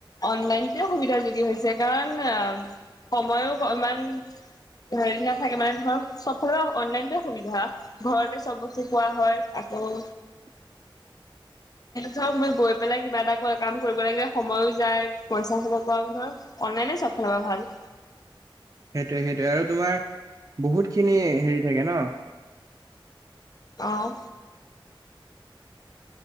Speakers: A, on the left; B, on the right.
A: অনলাইনতে সুবিধাযোগী হৈছে। কাৰণ সময়ো ইমান হেৰি নাথাকে মানে ধৰক চবৰে অনলাইন সুবিধা। ঘৰতে চব বস্তু পোৱা হয়। আকৌ
B: <unintelligible>
A: ধৰক মই গৈ পেলাই কিবা এটা কৈ কাম কৰিব লাগে সময়ো যায় পইচাক ধৰ অনলাইনে চব ফালে পৰা ভাল।
B: সেইটোৱে সেইটোৱে আৰু তোমাৰ বহুত খিনি হেৰি থাকে ন।
A: অঁ।